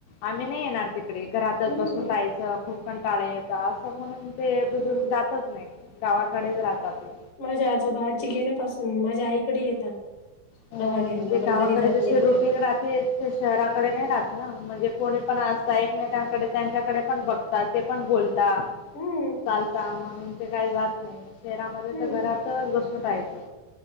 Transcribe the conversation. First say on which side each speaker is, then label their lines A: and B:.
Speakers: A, on the left; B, on the left.
A: आम्ही नाही येणार तिकडे घरातच
B: हम्म
A: बसून राहायचं खूप... पण टाळे येत असं म्हणून ते बुजुर्ग
B: हम्म
A: जातच नाही गावाकडेच राहतात ते....
B: माझ्या आजोबाजी गेल्यापासून माझ्या आईकडे येतात.
A: हो
B: डबा घ्यायला
A: म्हणजे
B: पण
A: गावाकडे
B: कधी जात
A: जशी
B: नाही कुठे
A: रुटीन राहते शहराकडे नाही राहत ना म्हणजे.... कोणी पण असता एकमेकांकडे त्यांच्याकडे पण बघताात ते पण बोलता....
B: हम्म
A: चालता म्हणून ते काही जात नाही शहरामध्ये
B: हम्म
A: तर घरातच बसून राहायचं...